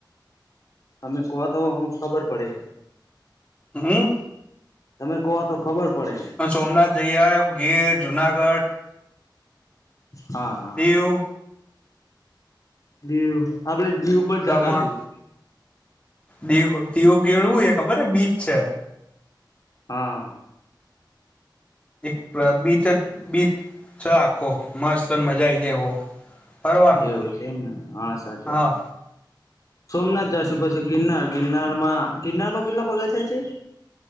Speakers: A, on the left (about 45°); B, on the left (about 15°).
A: તમે કહો તો અમુક ખબર પડે
B: હમ
A: તમે કહો તો ખબર પડે
B: હ સોમનાથ જઈએ આવયો ગીર જુનાગઢ
A: હા હા
B: દીવ
A: દીવ આપડે દીવ ઉપ જતા
B: દમણ
A: હ શું
B: દીવ દીવું કેવુ એ ખબર બીચ છે
A: હા
B: એક બીચ જ બીચ આખો મસ્ત અને મજા આવી જાય એવો ફરવાનું
A: એવું
B: હોય
A: છે એમ ને હા સાચી
B: હા
A: વાત સોમનાથ જશું પછી ગિરનાર ગિરનાર માં ગિરનારમાં કેટલા પગા થાય છે